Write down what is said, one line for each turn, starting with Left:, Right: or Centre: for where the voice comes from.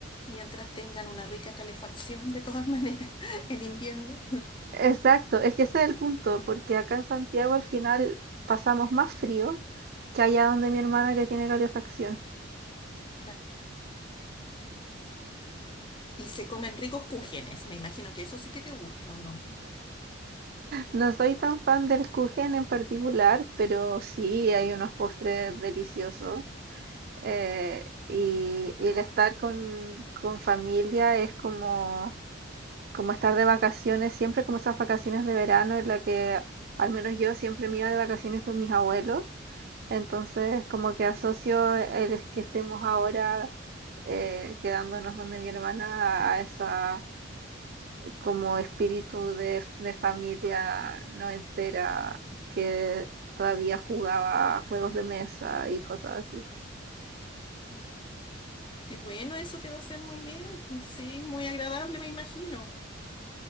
Left: Mientras tengan una rica calefacción, de todas maneras, <laughs> en invierno.
Right: Exacto, es que ese es el punto, porque acá en Santiago al final pasamos más frío que allá donde mi hermana que tiene calefacción.
Left: Claro. Y se comen ricos cúgenes. Me imagino que eso sí que te gusta, ¿o no?
Right: No soy tan fan del kuchen en particular, pero sí hay unos postres deliciosos. eh, y, y el estar con, con familia es como como estar de vacaciones, siempre como esas vacaciones de verano en la que al menos yo siempre me iba de vacaciones con mis abuelos, entonces como que asocio el que estemos ahora eh, quedándonos donde mi hermana a esa como espíritu de, de familia no entera que todavía jugaba a juegos de mesa y cosas así.
Left: Mm. Qué bueno, eso te va a hacer muy bien. Sí, muy agradable, me imagino.